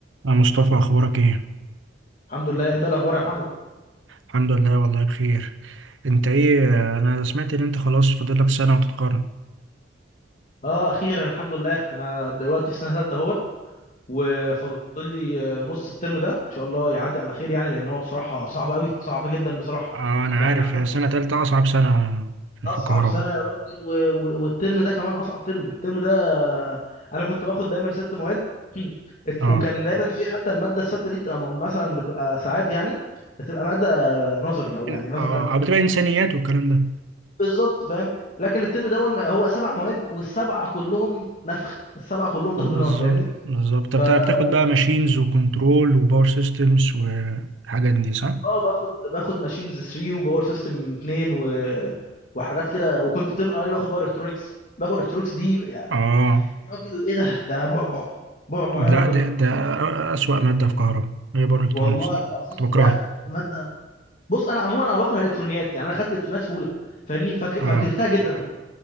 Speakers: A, on the right; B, on the left.
A: يا مصطفى اخبارك ايه
B: الحمد لله انت إيه الاخبار يا محمد
A: الحمد لله والله بخير انت ايه انا سمعت ان انت خلاص فاضلك سنه وتتخرج
B: اه اخيرا الحمد لله انا دلوقتي في سنه ثالثه اهوت وفاضل لي آه، نص الترم ده ان شاء الله يعدي على خير يعني لان هو بصراحه صعب قوي صعب جدا بصراحه
A: آه انا
B: يعني
A: عارف
B: اعتقد
A: هي سنه
B: ده
A: تالتة اصعب سنه في
B: اصعب
A: في الكهرباء
B: سنه يا راجل و... و... والترم ده كمان اصعب ترم الترم ده آه، انا كنت باخد دايما ست مواد <clears throat> الت-
A: اه
B: وكان دايما في حتى الماده السته دي بتبقى م- مثلا بتبقى ساعات يعني بتبقى ماده نظري او يعني
A: إن-
B: نظ-
A: اه
B: ماده
A: أو بتبقى انسانيات والكلام ده
B: بالظبط فاهم لكن الترم ده ما- هو سبع مواد والسبعه كلهم نفخ السبعه كلهم
A: بالظبط
B: ضرب نار فاهمني
A: بالظبط طب
B: ف ف-
A: بتاع- بتاخد بقى ماشينز وكنترول وباور سيستمز والحاجات دي صح
B: اه باخد باخد ماشينز 3 وباور سيستم 2 و... وحاجات كده وكنت الترم الاولاني باخد باور الكترونكس باخد الكترونكس دي يا
A: اه
B: يا راجل ايه ده ده بعبع بعبع
A: لا
B: يا راجل
A: ده ده اسوأ ماده في كهرباء هي باور الكترونكس
B: والله
A: دي
B: العظيم
A: كنت بكرهها
B: لا ماده بص انا عموما انا بكره الالكترونيات يعني انا خدت الالكترونيات في اولى فاهمني فك...
A: اه
B: فكرهتها جدا عموما